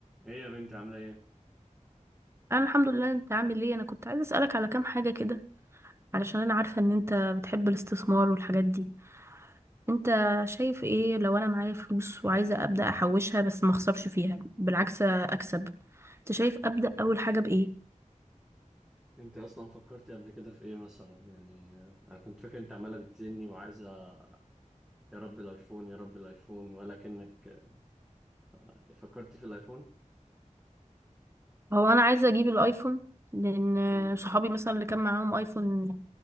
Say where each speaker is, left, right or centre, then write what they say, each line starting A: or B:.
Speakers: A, in the centre; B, on the right (about 20°).
A: ايه يا بنتي عاملة ايه؟
B: انا الحمد لله انت عامل ايه انا كنت عايزه اسالك على كام حاجه كده علشان انا عارفه ان انت بتحب الاستثمار والحاجات دي انت شايف ايه لو انا معايا فلوس وعايزه ابدا احوشها بس ما اخسرش فيها بالعكس اكسب انت شايف ابدا اول حاجه بايه
A: انت اصلا فكرتي قبل كده في ايه مثلا يعني آه، انا كنت فاكر انت عمالة بتزني وعايزة يا رب الايفون يا رب الايفون ولكنك آه، فكرتي في الايفون؟
B: هو انا عايزه اجيب الايفون لان
A: مم.
B: صحابي مثلا اللي كان معاهم ايفون